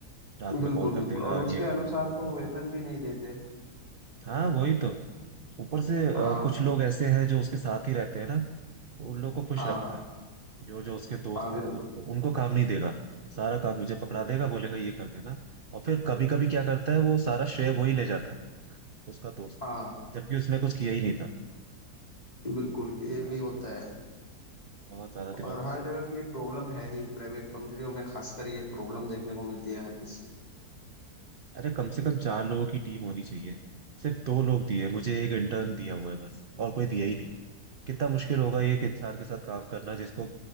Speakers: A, on the right; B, on the left.
A: रात में
B: बिल्कुल
A: कॉल करते
B: बिल्कुल
A: हैं
B: और
A: कहा,
B: उसके
A: ये कर
B: अनुसार
A: दो वो
B: तो
A: कर
B: वेतन
A: दो
B: भी नहीं देते
A: हाँ वही तो ऊपर से अ,
B: हाँ
A: कुछ लोग ऐसे हैं जो उसके साथ ही रहते हैं ना तो उन लोग को खुश
B: हाँ
A: रखता है जो जो उसके दोस्त
B: हाँ बिल्कुल
A: हैं उनको उनको काम नहीं देगा सारा काम मुझे पकड़ा देगा बोलेगा ये कर देना और फिर कभी कभी क्या करता है वो सारा श्रेय वो ही ले जाता है उसका दोस्त
B: हाँ
A: जबकि उसने कुछ किया ही नहीं था
B: बिल्कुल ये
A: ज्यादा
B: भी होता है
A: बहुत ज्यादा दिमाग
B: और हर
A: लगाते हैं।
B: जगह की ये प्रॉब्लम है ही प्राइवेट कंपनियों में खासकर ये प्रॉब्लम देखने को मिलती है हर किसी
A: अरे कम से कम चार लोगों की टीम होनी चाहिए सिर्फ दो लोग दिए मुझे एक इंटर्न दिया हुआ है बस और कोई दिया ही नहीं कितना मुश्किल होगा एक इंसान के साथ काम करना जिसको